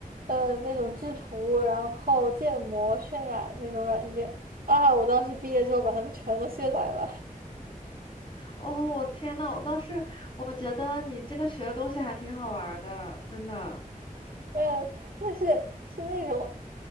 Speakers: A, on the right; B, on the left.
A: 呃，那种制图，然后建模、渲染那种软件啊，我当时毕业之后把它们全都卸载了。
B: 哦，我天呐，我倒是我觉得你这个学的东西还挺好玩儿的，真的。
A: 嗯，但是是那种，